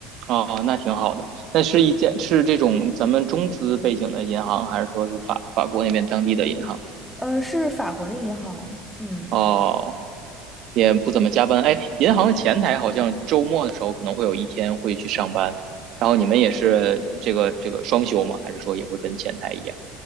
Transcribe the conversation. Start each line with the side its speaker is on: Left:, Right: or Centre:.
Right: 哦，那挺好的。那是一间是这种咱们中资背景的银行，还是说是法法国那边当地的银行？
Centre: 呃，是法国的银行，嗯。
Right: 哦也不怎么加班。哎，银行的前台好像周末的时候可能会有一天会去上班，然后你们也是这个这个双休吗？还是说也会跟前台一样？